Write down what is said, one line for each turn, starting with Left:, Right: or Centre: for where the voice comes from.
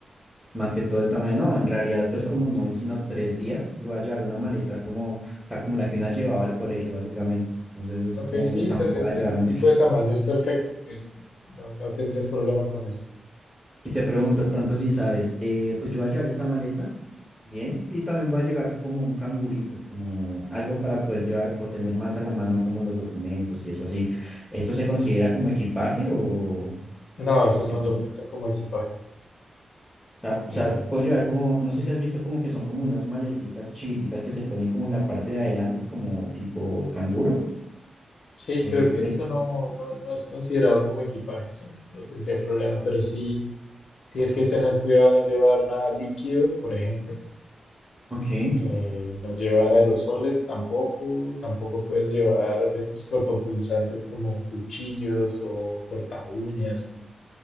Centre: Más que todo el tamaño, no, en realidad
Left: pero
Centre: pues como no hice sino tres días, yo voy a llevar una maleta como, o sea, como la que una llevaba al colegio básicamente, entonces es
Left: ok,
Centre: como,
Left: sí, ese,
Centre: tampoco
Left: ese
Centre: voy a llevar mucho.
Left: tipo de tamaño es perfecto. es- no, no tendrías problema con eso.
Centre: Y te pregunto, de pronto si sabes, eh, pues yo voy a llevar esta maleta, bien, y también voy a llegar como un cangurito, como algo para poder llevar o tener más a la mano como los documentos y eso así. ¿Esto se considera como equipaje o,
Left: No, eso
Centre: o se
Left: no lo cuentan como equipaje.
Centre: O sea,
Left: Eh,
Centre: o sea, puedo llevar como, no sé si has visto como que son como unas maleticas chiquiticas que se ponen como en la parte de adelante, como tipo canguro.
Left: sí,
Centre: Entonces
Left: creo que
Centre: me
Left: eso
Centre: dices
Left: no,
Centre: que...
Left: no, no es considerado como equipaje, eso no, no tendría problema, pero sí. Tienes que tener cuidado de no llevar nada líquido, por ejemplo.
Centre: Ok,
Left: eh, no llevar aerosoles tampoco. Tampoco puedes llevar objetos cortopunzantes como cuchillos o cortaúñas o